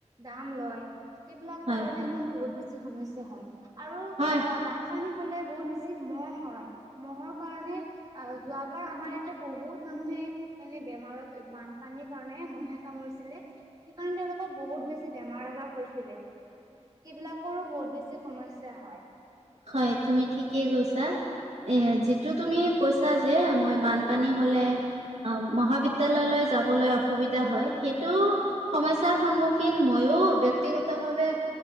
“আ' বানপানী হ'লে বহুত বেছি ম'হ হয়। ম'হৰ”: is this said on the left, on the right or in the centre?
Right